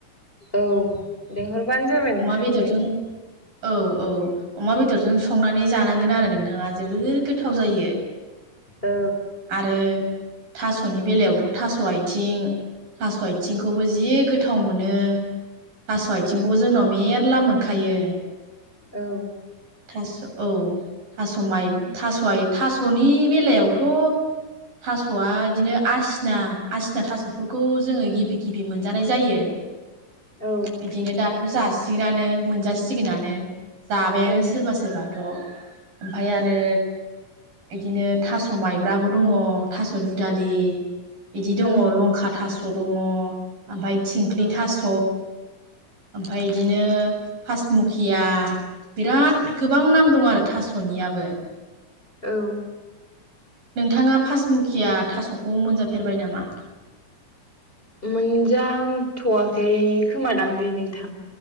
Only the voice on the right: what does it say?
अमा
बेदरजों
औ औ अमा बेदरजों संनानै जानांगोन आरो नों थाङा जोबोर गोथाव जायो
आरो थास'नि बेलायावथ' थास' आथिं थास' आथिंखौबो जि गोथाव मोनो थास' आथिं
खौबो जोंनाव मेरला मोनखायो।
थास' औ थास' माइ थास' आ थास'नि बेलायावथ' थास'आ बिदिनो आसिना आसिना थास'फोरखौ जोङो गिबि गिबि मोनजानाय जायो।
बिदिनो दाथ' जासिगोनानो, मोनजासिगोनानो जाबायानो
सोरबा सोरबाथ'। ओमफाय आरो बिदिनो थास' माइब्राबो दङ, थास' दुदालि बिदि दङ
लंखा थास' दङ ओमफ्राय थिंख्लि
थास' ओमफफ्राय बिदिनो फासमुखिया बिराद गोबां नाम दं आरो थास'नियाबो।
नोंथाङा पासमुकिया थास'खौ मोनजाफेरबाय नामा?